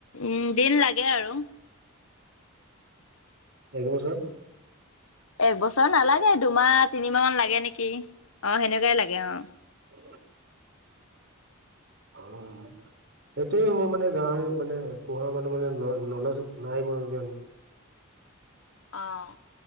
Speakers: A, on the left (about 70°); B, on the right (about 50°).
A: উম দিন লাগে আৰু।
B: এক বছৰ?
A: এক বছৰ নালাগে, দুমাহ-তিনিমাহ মান লাগে নেকি। অ, সেনেকুৱাই লাগে অ
B: উ উম সেইটয়ে মোৰ মানে গাঁহৰী মানে পো়হা মানুহ মানে নলেজ নাই মোৰ ইমান।
A: অঁ